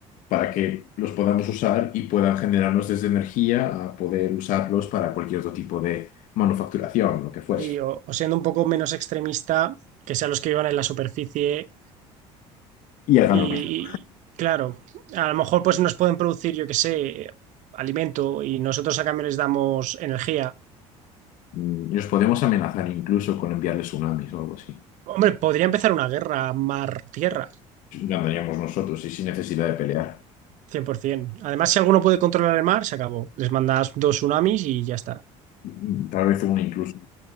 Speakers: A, on the left (about 65°); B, on the right (about 60°).
A: para que los podamos usar y puedan generarnos desde energía a poder usarlos para cualquier otro tipo de manufacturación, lo que fuese.
B: y, o, o siendo un poco menos extremista, que sean los que vivan en la superficie
A: Y hagan
B: y, y,
A: lo que hagan.
B: claro, a lo mejor pues nos pueden producir, yo que sé, alimento y nosotros a cambio les damos energía.
A: Mm, Los podemos amenazar incluso con enviarles tsunamis o algo así.
B: Hombre, podría empezar una guerra mar-tierra,
A: Ganaríamos nosotros y sin necesidad de pelear.
B: 100%. Además, si alguno puede controlar el mar, se acabó. Les mandas dos tsunamis y ya está.
A: Mm, Tal vez uno incluso.